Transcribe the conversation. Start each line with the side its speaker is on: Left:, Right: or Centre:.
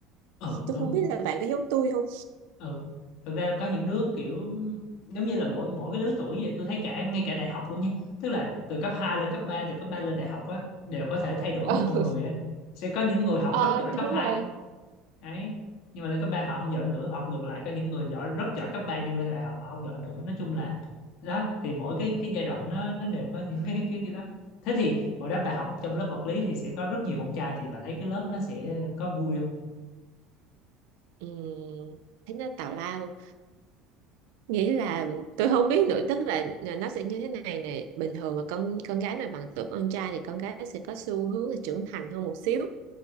Left: ừ
Right: tôi
Left: đúng
Right: không biết là bạn có giống tôi không
Left: ừ thật ra có những đứa kiểu giống như là mỗi mỗi cái lứa tuổi vậy tôi thấy cả ngay cả đại học luôn nha tức là từ cấp 2 lên cấp 3, từ cấp 3 lên đại học á đều có thể thay đổi
Right: <laughs>
Left: một con
Right: ừ.
Left: người á sẽ có những người học
Right: ờ
Left: rất giỏi
Right: đúng
Left: cấp 2
Right: rồi
Left: đấy nhưng mà lên cấp 3 họ không giỏi nữa học ngược lại có những người giỏi rất giỏi cấp 3 nhưng lên đại học họ không giỏi nữa nói chung là đó thì mỗi cái cái giai đoạn nó nó đều có những cái cái cái đó thế thì hồi đó bà học trong lớp vật lý thì sẽ có rất nhiều con trai thì bà thấy cái lớp nó sẽ có vui không
Right: ừ. thế nó tào lao nghĩa là tôi không biết nữa tức là là nó sẽ như thế này này bình thường mà con con gái mà bằng tuổi con trai thì con gái sẽ có xu hướng là trưởng thành hơn một xíu